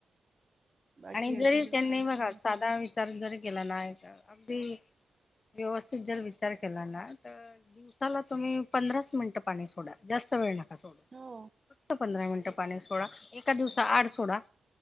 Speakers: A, on the right; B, on the left.
A: बाकी
B: आणि जरी
A: अजून
B: त्यांनी बघा
A: हा
B: साधा विचार जरी केला ना अगदी व्यवस्थित जर विचार केला ना तर दिवसाला तुम्ही पंधरास मिनिटं पाणी सोडा जास्त वेळ नका सोडू.
A: हो
B: फक्त पंधरा मिनिटं पाणी सोडा एका दिवसा आड सोडा